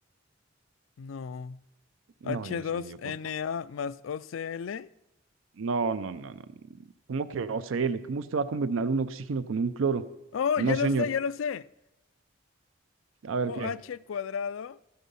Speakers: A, on the left; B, on the right.
A: No.
B: No,
A: H2Na
B: Dios mío, por favor.
A: más O C l
B: No, no, no, no. ¿Cómo que OCL? ¿Cómo usted va a combinar un oxígeno con un cloro?
A: Oh,
B: No,
A: ya
B: señor.
A: lo sé, ya lo sé.
B: A ver
A: OH
B: qué.
A: cuadrado